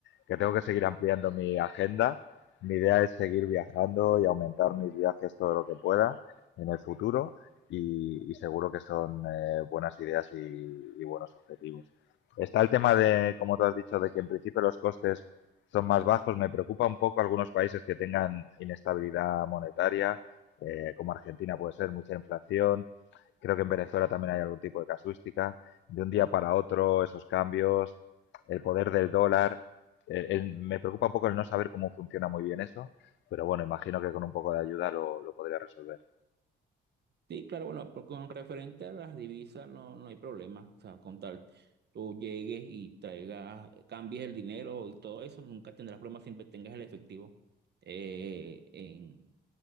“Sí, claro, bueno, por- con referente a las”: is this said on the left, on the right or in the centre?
Right